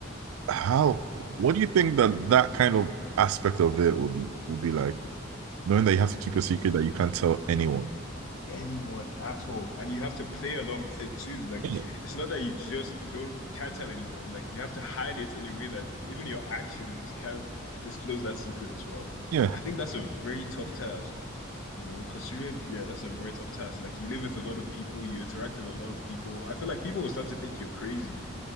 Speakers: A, on the right; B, on the left.
A: How,
B: Yeah.
A: what do you think that that kind of aspect of it will be will be like, knowing that you have to keep a secret that you can't tell anyone?
B: anyone at all. And you have to play along with it too. Like
A: Yeah.
B: it's not that you just don't can't tell anyone. Like you have to hide it in a way that even your actions can't disclose that secret as well.
A: Yeah.
B: I think that's a very tough task, you know, considering yeah, that's a very tough task. Like you live with a lot of people, you interact with a lot of people. I feel like people will start to think you're crazy,